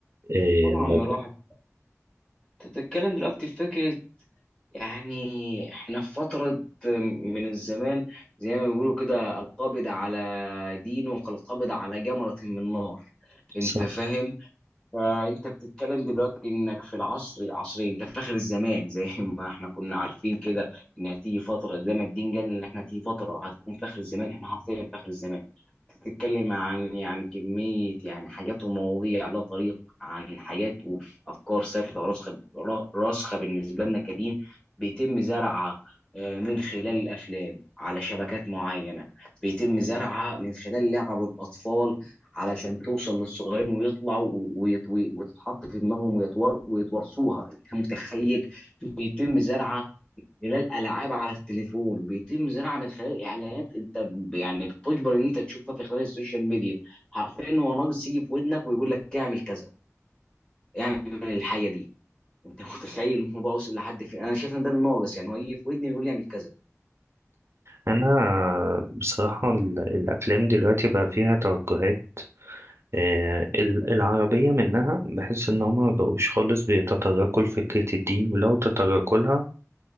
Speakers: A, on the right; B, on the left.
A: إيه
B: طبعا
A: ما
B: راحت انت بتتكلم دلوقتي في فكره يعني احنا في فتره من الزمان زي ما بيقولوا كده القابض على دينه كالقابض على جمره من نار انت
A: صح
B: فاهم فانت بتتكلم دلوقتي انك في العصر عصرين انت فاخر الزمان زي ما احنا كنا عارفين كده ان هتيجي فتره زي ما الدين قال ان احنا هتيجي فتره هتكون فاخر الزمان احنا حرفيا فاخر الزمان بتتكلم عن يعني كميه يعني حاجات ومواضيع لا طريق عن حاجات وافكار ثابته وراسخه را- راسخه بالنسبه لنا كدين بيتم زرعها آه، من خلال الافلام على شبكات معينه بيتم زرعها من خلال لعب الاطفال علشان توصل للصغيرين ويطلعوا و- ويت- وي- وتتحط في دماغهم ويتور ويتورثوها انت متخيل بيتم زرعها خلال العاب على التليفون بيتم زرعها من خلال اعلانات انت ب- يعني بتجبر ان انت تشوفها في خلال السوشيال ميديا حرفيا هو ناقص يجي في ودنك ويقول لك اعمل كذا اعمل الحاجه دي انت متخيل الموضوع وصل لحد فين انا شايف ان ده الناقص يعني هو يجي في ودني ويقول لي اعمل كذا
A: انا بصراحة ال- الافلام دلوقتي بقى فيها توجهات آه، ال- العربية منها بحس إن هما مبقوش خالص بيتطرقوا لفكرة الدين ولو تطرقوا لها